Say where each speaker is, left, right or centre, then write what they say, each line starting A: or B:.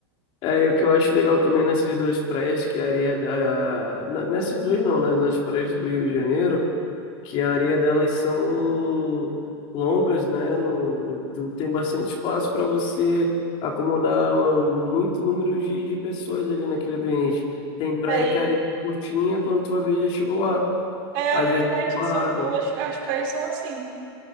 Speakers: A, on the left; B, on the right.
A: É, e o que eu acho legal também nessas duas praias, que a areia da... na- Nessas duas não, né? Nas praias do Rio de Janeiro, que a areia delas são longas, né? No... tu Tem bastante espaço para você acomodar ah, muito número de, de pessoas ali naquele ambiente. Tem praia
B: É,
A: que a areia é curtinha, quando tu vai ver já chegou a...
B: É
A: a-
B: verdade,
A: já chegou
B: em São
A: a água.
B: Paulo as as praias são assim.